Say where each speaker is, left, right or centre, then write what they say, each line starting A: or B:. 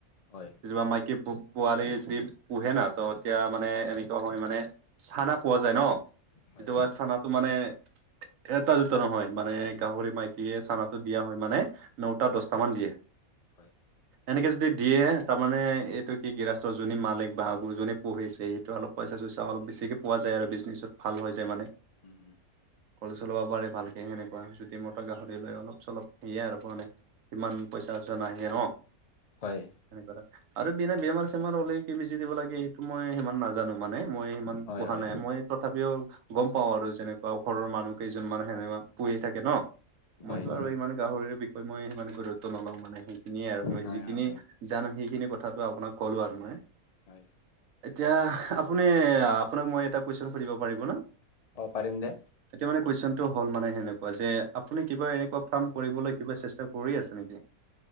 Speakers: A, on the left; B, on the right.
A: হয়।
B: ছোৱা মাইকী পোৱালি যদি পোহে না ত এতিয়া মানে এনেকুৱা হয় মানে, চানা পোৱা যায় ন
A: হয়
B: কেতিয়াবা চানাটো মানে এটা দুটা নহয়, মানে গাহৰি মাইকীয়ে চানাটো দিয়া হয় মানে ন'টা-দচটা মান দিয়ে।
A: হয়।
B: এনেকে যদি দিয়ে তাৰমানে এইটো কি গৃহস্থ যোনী মালিক বা, যোনী পুহিছে সটো অলপ পইচা-চইচা অলপ বেছিকে পোৱা যায় আৰু বিজনেচত ভাল হৈ যায় মানে।
A: উম উম।
B: কল চলাব পাৰে ভালকৈ সেনেকুৱা। যুদি মতা গাহৰি লয় অলপ চলপ সেয়াই আৰু মানে ইমান পইচা-চইচা নাহিয়ে ন?
A: হয়।
B: সেনেকোৱা আৰু বিনে-বেমাৰ লে কি বিজি দিব লাগে সেইটো মই সিমান নাজানো, মানে মই সিমান
A: হয়
B: পোৱা
A: হয়
B: নাই। মই তথাপিও গম পাওঁ আৰু যেনেকুৱা ঘৰৰ মানুহ কেইজনমান সেনে পুহি থাকে ন।
A: হয়
B: মইতো আৰু ইমান গাহৰিৰ বিষয়ে মই সিমানে গুৰুত্ব নলওঁ মানে সেইখিনিয়ে আৰু মই
A: হয়
B: যিখিনি
A: হয় হয়
B: জানো সেইখিনি কথাটো আপোনাক কলো আৰু মই।
A: হয়।
B: এতিয়া আপুনি আপোনাক মই এটা কুৱেশ্যন সুধিব পাৰিব না?
A: অ পাৰম দে।
B: এতিয়া মানে কুৱেশচনটো হ'ল মানে সেনেকুৱা যে আপুনি কিবা এনেকুৱা ফাৰ্ম কৰিবলৈ কিবা চেষ্টা কৰি আছে নেকি?